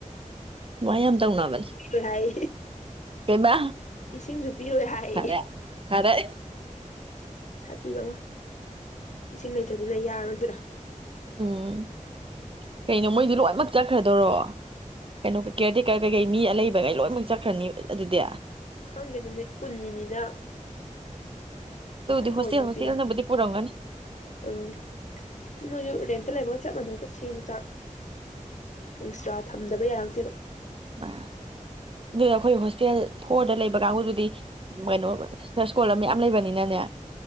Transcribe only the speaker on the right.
ꯃꯥꯏ ꯌꯥꯝ ꯇꯧꯅꯕꯅꯦ
ꯀꯩꯕꯥ
ꯐꯔꯦ ꯐꯔꯦ
ꯎꯥ ꯀꯩꯅꯣ ꯃꯣꯏꯗꯤ ꯂꯣꯏꯅꯃꯛ ꯆꯠꯈ꯭ꯔꯗꯣꯔꯣ ꯀꯩꯅꯣ ꯀꯦꯌꯔ ꯇꯦꯛꯀꯔ ꯀꯩꯀꯩ ꯃꯤ ꯑ ꯂꯩꯕꯒꯩ ꯂꯣꯏꯅꯃꯛ ꯆꯠꯈ꯭ꯔꯅꯤ ꯑꯗꯨꯗꯤ
ꯑꯗꯨꯕꯨꯗꯤ ꯍꯣꯁꯇꯦꯜ
ꯍꯣꯁꯇꯦꯜꯅꯕꯨꯗꯤ
ꯄꯨꯔꯝꯒꯅꯤ
ꯑ ꯑꯗꯨ ꯑꯩꯈꯣꯏ ꯍꯣꯁꯇꯦꯜ ꯐꯣꯔꯗ ꯂꯩꯕꯒꯈꯖꯤꯗꯤ ꯀꯩꯅꯣ ꯁꯔꯁꯀꯣꯜ ꯑꯃ ꯃ ꯌꯥꯝ ꯂꯩꯕꯅꯤꯅꯅꯦ